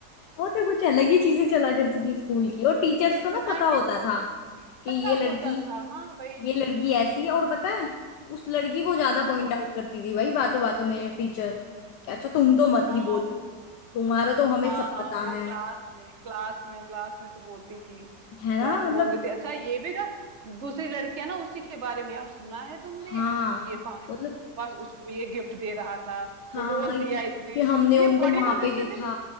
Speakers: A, on the left; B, on the right.
A: वो तो कुछ अलग ही चीजें चला करती थी स्कूल की और टीचर्स
B: <laughs>
A: को
B: इतना
A: ना पता होता
B: कि
A: था कि
B: पता
A: ये लड़की
B: होता था हाँ भाई
A: ये लड़की ऐसी है और पता है उस लड़की को ज्यादा
B: हाँ
A: पॉइंट आउट करती थी भाई बातों बातों में टीचर कि अच्छा तुम तो मत
B: हाँ
A: ही बोलो
B: वो
A: तुम्हारा तो हमें
B: हाँ
A: सब
B: हाँ
A: पता
B: वो
A: है
B: क्लास में क्लास में क्लास में तो बोलती थी
A: है ना
B: क्लास
A: मतलब
B: में बोलती थी अच्छा ये भी ना दूसरी लड़कियां ना उसी के बारे में यार सुना है तुमने
A: हाँ
B: ये पानी के
A: मतलब
B: पास उसको ये गिफ्ट दे रहा था
A: हाँ
B: तो रोज
A: आई
B: दिया
A: थी कि
B: इसने
A: हमने
B: ये
A: उनको
B: बड़ी
A: वहां
B: ना
A: पे
B: जैसे
A: देखा
B: ने